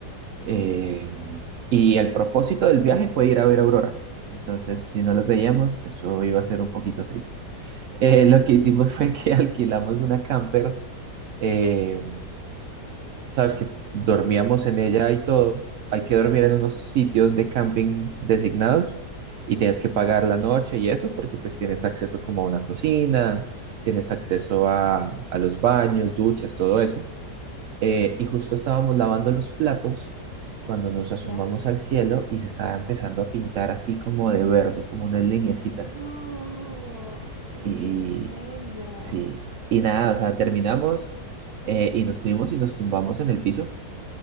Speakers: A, on the right; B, on the right.
A: Eh, y el propósito del viaje fue ir a ver auroras. Entonces, si no las veíamos, eso iba a ser un poquito triste. Eh, lo que hicimos fue que <laughs> alquilamos una camper. eh, sabes que dormíamos en ella y todo. Hay que dormir en unos sitios de camping designados y tienes que
B: ¿Ya?
A: pagar la noche y eso porque pues tienes acceso como a una cocina, tienes acceso a, a los baños, duchas, todo eso. Eh, y justo estábamos lavando los platos cuando nos asomamos
B: ¿Ya?
A: al cielo y se estaba empezando a pintar así como de verde, como unas lineecitas.
B: No,
A: Y,
B: en serio.
A: sí, y nada, o sea, terminamos eh, y nos fuimos y nos tumbamos en el piso